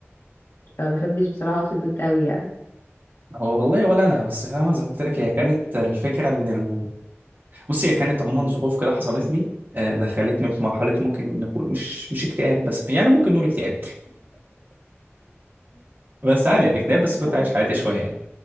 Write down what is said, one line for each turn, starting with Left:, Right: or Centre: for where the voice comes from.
Left: فبحبش بصراحة اقعد في البيت قوي يعني
Right: هو والله ولا انا بس فاهمه زي ما قلت لك هي كانت الفكره ان ال... بصي هي كانت عموما ظروف كده حصلت لي آه، دخلتني في مرحله ممكن نقول مش مش اكتئاب بس يعني ممكن نقول اكتئاب بس عادي يعني اكتئاب بس كنت
Left: <laughs>
Right: عايش حياتي شويه يعني